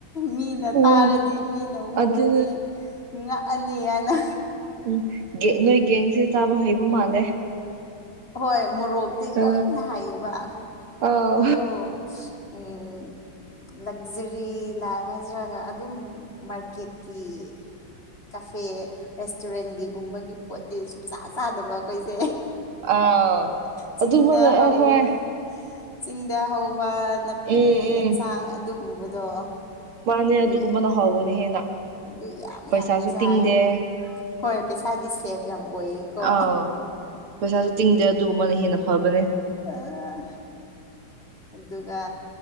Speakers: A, on the left; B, on the right.
A: ꯃꯤꯅ
B: ꯎꯝ
A: ꯇꯥꯔꯗꯤ ꯃꯤꯅ ꯎꯔꯗꯤ
B: ꯑꯗꯨ
A: ꯉꯥꯛꯑꯅꯤ ꯍꯥꯏꯅ
B: ꯎ ꯅꯣꯏ ꯒꯦꯡꯁꯦ ꯇꯥꯕ ꯍꯩꯕ ꯃꯥꯜꯂꯦ
A: ꯍꯣꯏ ꯃꯣꯔꯣꯛꯇꯤ
B: ꯑ
A: ꯂꯣꯏꯅ ꯍꯥꯏꯌꯦꯕ
B: ꯑꯥꯎ
A: ꯑꯗꯨꯗꯣ ꯎꯝ ꯂꯛꯖꯔꯤ ꯂꯥꯏꯐ ꯍꯥꯏꯖꯔꯒ ꯑꯗꯨꯝ ꯃꯥꯔꯀꯦꯠꯀꯤ ꯀꯐꯦ ꯔꯦꯁꯇꯨꯔꯦꯟꯒꯤꯒꯨꯝꯕꯒꯤ ꯄꯣꯠꯇꯤ ꯁꯨꯡꯆꯥ ꯆꯥꯗꯕ ꯑꯩꯈꯣꯏꯁꯦ
B: ꯑꯥ
A: ꯆꯤꯡꯗ
B: ꯑꯗꯨꯕꯅ
A: ꯍꯧ
B: ꯑ ꯍꯣꯏ
A: ꯆꯤꯡꯗ ꯍꯧꯕ ꯅꯥꯄꯤ
B: ꯎꯝ ꯎꯝ
A: ꯑꯦꯟꯁꯥꯡ ꯑꯗꯨꯒꯨꯝꯕꯗꯣ
B: ꯃꯥꯅꯦ
A: ꯑꯗꯨ
B: ꯑꯗꯨꯒꯨꯝꯕꯅ ꯍꯥꯎꯕꯅꯦ ꯍꯦꯟꯅ
A: ꯑꯗꯨ ꯌꯥꯝ
B: ꯄꯩꯁꯥꯁꯨ
A: ꯌꯥꯝ ꯆꯥꯏ
B: ꯇꯤꯡꯗꯦ
A: ꯍꯣꯏ ꯄꯩꯁꯥꯗꯤ ꯁꯦꯐ ꯌꯥꯝ ꯑꯣꯏꯌꯦꯀꯣ
B: ꯑꯥꯎ ꯄꯩꯁꯥꯁꯨ ꯇꯤꯡꯗꯦ ꯑꯗꯨꯒꯨꯝꯕꯅ ꯍꯦꯟꯅ ꯐꯕꯅꯦ
A: ꯑ ꯑꯗꯨꯒ